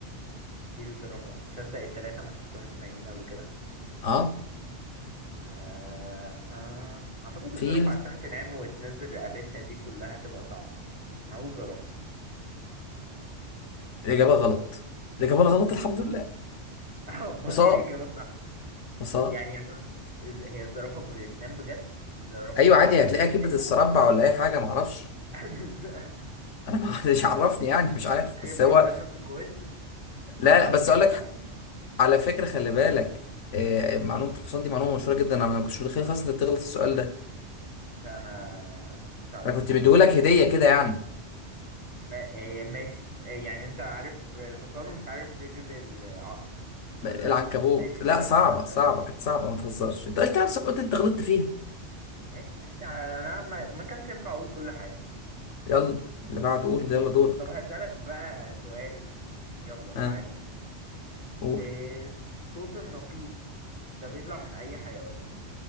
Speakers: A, on the right; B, on the left.
A: في الزرافة تصدق التلاتة ما شفتهمش نايمين قبل كده
B: اه
A: آه... آه... اعتقد
B: فيل
A: الزرافة عشان تنام وتنزل رقبتها دي كلها تبقى صعبة انا اقول زرافة
B: الإجابة غلط الإجابة غلط الحمد لله
A: <laughs> امال
B: حصان
A: ايه الاجابة
B: حصان
A: يعني الح- إز- هي الزرافة بتنام بجد الزرافة
B: أيوة
A: بتعرف
B: عادي
A: تنام
B: هتلاقيها
A: وهي
B: كبدة
A: نايمة
B: السربع ولا أي حاجة معرفش
A: <laughs>
B: أنا ما حدش عرفني يعني مش عارف
A: خفة
B: بس هو
A: دم في الكويز
B: لا
A: انا بلعب
B: لا بس
A: بجد
B: أقول لك
A: عموما
B: على فكرة خلي بالك آه، معلومة الحصان دي معلومة مشهورة جدا انا ما كنتش متخيل خالص انك تغلط في السؤال ده
A: لا انا ما كنتش عارفها
B: انا كنت
A: الصراحة
B: مديهولك هدية كده يعني
A: ما- إيه، ماشي إيه، يعني انت عارف الحصان ومش عارف رجل العقرب ولا
B: العنكبوت
A: انا ناسي
B: لا
A: سؤال
B: صعبة
A: العنكبوت
B: صعبة كانت صعبة ما تهزرش انت قلت نفسك قلت انت غلطت فيها
A: ماشي ماشي انا ما, ما كانش ينفع اقول كل حاجة
B: يلا اللي بعده قول يلا دورك
A: طب هسألك بقى سؤال يلا تعالى
B: ها
A: بقى
B: قول
A: إيه صوت النقيق ده بيطلع من اي حيوان